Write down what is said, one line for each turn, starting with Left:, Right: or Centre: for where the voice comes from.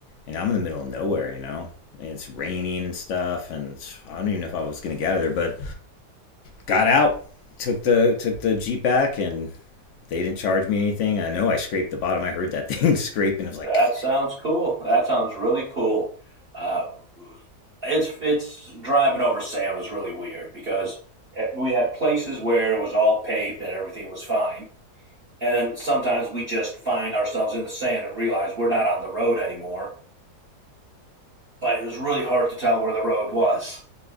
Left: And I'm in the middle of nowhere, you know, and it's raining and stuff. And I don't even know if I was gonna get out of there, but got out, took the took the jeep back, and they didn't charge me anything. I know I scraped the bottom. I heard that thing <laughs> scrape, and I was like,
Right: That sounds cool. That sounds really cool. Uh, it's it's driving over sand was really weird because eh, we had places where it was all paved and everything was fine And then sometimes we just find ourselves in the sand and realize we're not on the road anymore. But it was really hard to tell where the road was.